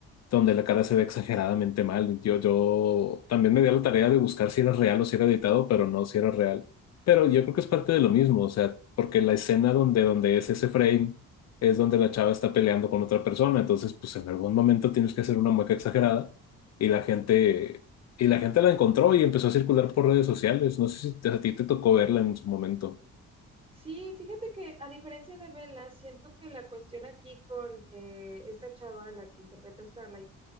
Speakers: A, on the left; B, on the right.
A: donde la cara se ve exageradamente mal. Yo, yo también me di a la tarea de buscar si era real o si era editado, pero no si era real. Pero yo creo que es parte de lo mismo, o sea, porque la escena donde, donde es ese frame es donde la chava está peleando con otra persona, entonces pues en algún momento tienes que hacer una mueca exagerada y la gente, y la gente la encontró y empezó a circular por redes sociales. No sé si te- a ti te tocó verla en su momento.
B: Sí, fíjate que a diferencia de Bella, siento que la cuestión aquí con eh, esta chava, la que interpreta a Starlight,